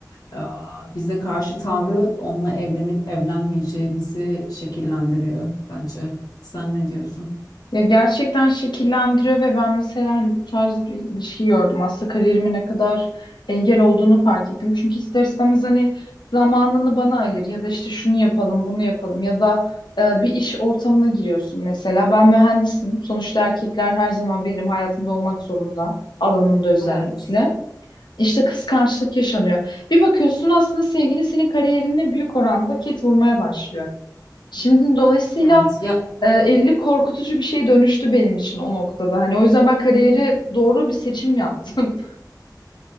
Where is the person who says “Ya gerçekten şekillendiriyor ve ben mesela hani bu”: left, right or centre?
Left